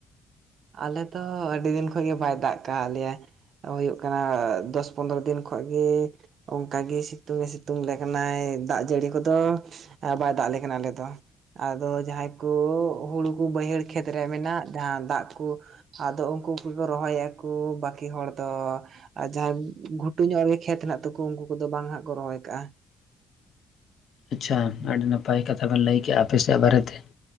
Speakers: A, on the right; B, on the left.
A: ᱟᱞᱮ ᱛᱚ ᱟᱹᱰᱤ ᱫᱤᱱ ᱠᱷᱚᱡ ᱜᱮ ᱵᱟᱭ ᱫᱟᱜ ᱠᱟᱜ ᱞᱮᱭᱟ ᱦᱩᱭᱩᱜ ᱠᱟᱱᱟ ᱫᱚᱥ ᱯᱚᱱᱨᱚ ᱫᱤᱱ ᱠᱷᱚᱡ ᱜᱮ ᱚᱱᱠᱟᱜᱮ ᱥᱤᱛᱩᱝᱮ ᱥᱤᱛᱩᱝ ᱞᱮ ᱠᱟᱱᱟᱭ ᱫᱟᱜ ᱡᱟᱹᱲᱤ ᱠᱚᱫᱚ ᱟᱨ ᱵᱟᱭ ᱫᱟᱜ ᱟᱞᱮ ᱠᱟᱱᱟ ᱟᱞᱮ ᱫᱚ ᱟᱫᱚ ᱡᱟᱦᱟᱸᱭ ᱠᱚ ᱦᱩᱲᱩ ᱠᱚ ᱵᱟᱹᱭᱦᱟᱹᱲ ᱠᱷᱮᱛᱨᱮ ᱢᱮᱱᱟᱜ ᱡᱟᱦᱟᱸ ᱫᱟᱜ ᱠᱚ <unintelligible> ᱟᱫᱚ ᱩᱱᱠᱩ ᱠᱚᱠᱚ ᱨᱚᱦᱚᱭᱟᱠᱚ ᱵᱟᱹᱠᱤ ᱦᱚᱲ ᱫᱚ ᱟᱨ ᱡᱟᱦᱟᱸᱭ ᱜᱷᱩᱴᱩ ᱧᱚᱜ ᱨᱮ ᱠᱷᱮᱛ ᱦᱮᱱᱟᱜ ᱛᱟᱠᱚ ᱩᱱᱠᱩ ᱠᱚᱫᱚ ᱵᱟᱝ ᱦᱟᱸᱜ ᱠᱚ ᱨᱚᱦᱚᱭ ᱠᱟᱜᱼᱟ
B: ᱟᱪᱪᱷᱟ ᱟᱹᱰᱤ ᱱᱟᱯᱟᱭ ᱠᱟᱛᱷᱟ ᱵᱮᱱ ᱞᱟᱹᱭ ᱠᱮᱜᱼᱟ ᱟᱯᱮᱥᱮᱜ ᱵᱟᱨᱮᱛᱮ